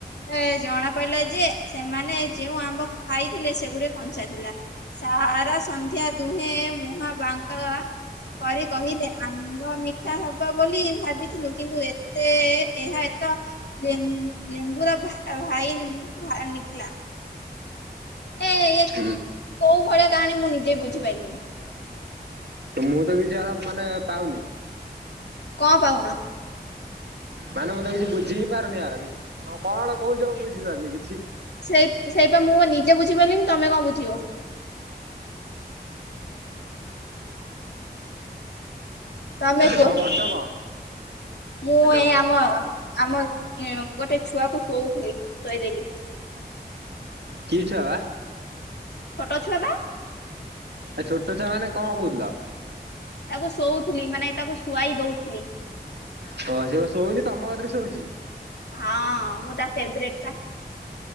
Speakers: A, on the left; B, on the right.
A: ଏ ଜଣା ପଡିଲା ଯେ ସେମାନେ ଯେଉଁ ଆମ୍ବ ଖାଇଥିଲେ ସେଗୁଡେ କଞ୍ଚା ଥିଲା। ସାରା ସନ୍ଧ୍ୟା ଦୁହେଁ ମୁହାଁ ବାଙ୍କା କରି କହିଲେ ଆମ୍ବ ମିଠା ହବ ବୋଲି ଭାବିଥିଲୁ କିନ୍ତୁ ଏତେ ଏହା ଏତ ଲେମ୍ଵୁ ଲେମ୍ବୁର ଭାଇ- ଇ- ଇ ନିକ୍ଲା। ଏ ଇ
B: ହଁ
A: କୋଉ ଭଳିଆ କାହାଣୀ ମୁଁ ନିଜେ ବି ବୁଝିପାରିଲିନି?
B: ମୁଁ ତ କିଛି ଆର ମାନେ ପାଉନି।
A: କଣ ପାଉନ?
B: ମାନେ ମୁଁ ତ କିଛି ବୁଝି ହିଁ ପାରୁନି ଆର କିଛି ତମେ କଣ କହୁଚ ମୁଁ ବୁଝି ପାରୁନି କିଛି।
A: ସେଇ ସେଇପା ମୁଁ ନିଜେ ବୁଝିପାରିଲିନି, ତମେ କଣ ବୁଝିବ? ତମେ କୁହ
B: କଣ
A: ସେଠୁ,
B: କରୁଛ କଣ?
A: ମୁଁ
B: ହ୍ୟାଲୋ
A: ଏ ଆମ ଆମ ଉ ଗୋଟେ ଛୁଆକୁ ଶୋଉଥିଲି। ଶୋଇଦେଲି
B: କିଚିଆ ବାବା?
A: ଛୋଟ ଛୁଆବା।
B: ଆ ଛୋଟ ଛୁଆ ମାନେ କଣ କହୁଥିଲ।
A: ତାକୁ ଶୋଉଥିଲି ମାନେ ତାକୁ ଶୁଆଇ ଦଉଥିଲି।
B: ହଁ ସେ କ ଶଉନି ତମ କତିରେ ଶଉଛି।
A: ହଁ ମୁଁ ତା ଫେବେରେଟେ ପା।